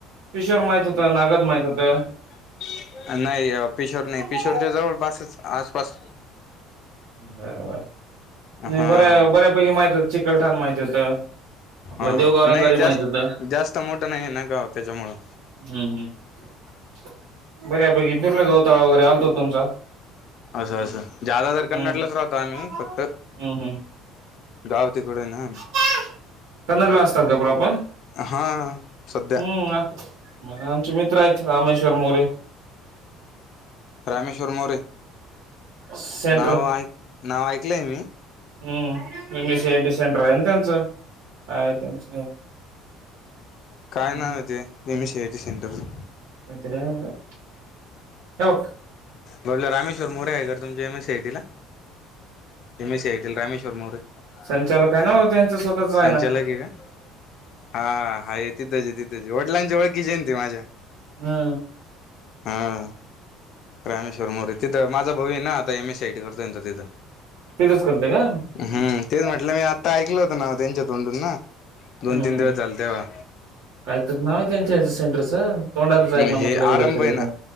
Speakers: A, on the right (about 80°); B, on the left (about 45°).
A: पीशोर माहित होत नागर माहित होतं
B: अं.. नाई... पिशोर
A: होतं.
B: नाई... पिशोरच्या जवळ पासच- आसपास.
A: बरोबर...
B: हा
A: न्हयी... बर्या... बऱ्यापैकी माहित होतं... चिखलठाण माहिती होतं. आपलं
B: हा...
A: देवगाव रंगारी
B: न्हयी... जास्त
A: माहित होतं
B: -जास्त मोठं न्हयी ना गाव त्याच्यामुळं
A: हम्म... हम्म... बऱ्या पैकी पूर्ण गवताळा वगैरे आलतो तुमचा
B: असं असं... ज्यादा
A: हम्म
B: तर कन्नरलाच राहतो आम्ही
A: हम्म
B: फक्त
A: हम्म
B: गाव तिकडं हे ना.
A: <inaudible> कन्नरला असतात का प्रॉपर...
B: हा सध्या
A: हम्म. मग... आमचे मित्र हेत रामेश्वर मोरे.
B: रामेश्वर मोरे.
A: सेंटर
B: नाव ऐक... नाव ऐकलंय मी.
A: हम्म M H C I T centre हाय ना त्यांचं... हाय त्यांचं. हं.
B: काय नाव ये ते.. एम ए सी आयटी सेंटरचं?
A: काही तरी हाये बगा... <unintelligible>
B: बबल्या... रामेश्वर मोरे हाये का रे तुमच्या एम एस सीय टी ला.. M S C I Rameshwar More... हा...
A: संचालक आहे ना त्यांच स्वतःच आहे
B: संचालक
A: ना
B: हे का? हा हाए... तिथंच ए. तिथच ए... वडलांच्या वळखीचे ए ना ते माझ्या.
A: हा
B: हा रामेश्वर मोरे... तिथं माझा भाऊ ए ना... आता एम एस सीईटी करतोय ना तो तिथं.
A: तिथंच करतोय का... हं
B: हम्म
A: हं
B: तेच म्हटलं... मी आत्ता ऐकल होतं नाव त्यांच्या तोंडून ना... दोन
A: हम्म
B: तीन दिवस झाले तेव्हा
A: काय तर नाव है त्यांच्या... ह्याच्या सेंटरचं तोंडातच ए पण
B: हे
A: लगी
B: आरंभ
A: लक्षात
B: आहे
A: येत
B: ना
A: नाय...